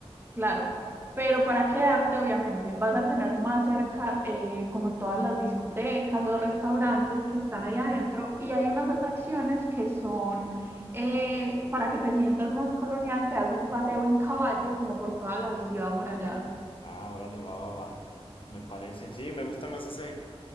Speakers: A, on the right (about 20°); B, on the left (about 55°).
A: Claro, pero para quedarte, obviamente, vas a tener más cerca eh, como todas las discotecas, los restaurantes que están ahí adentro y hay unas atracciones que son eh, para que te sientas más colonial, te das un paseo en caballo como por toda la ciudad amurallada.
B: Ah, órale, va, va, va. Me parece. Sí, me gusta más ese,